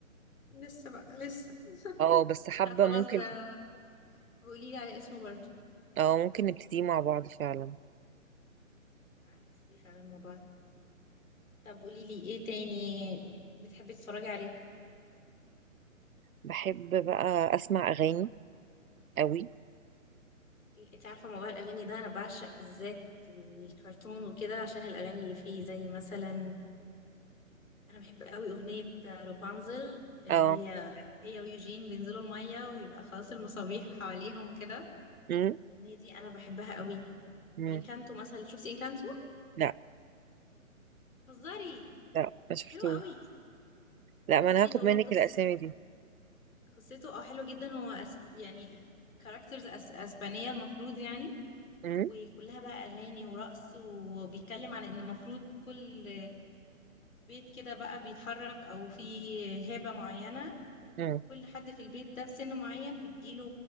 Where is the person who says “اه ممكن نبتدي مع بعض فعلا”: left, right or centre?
Right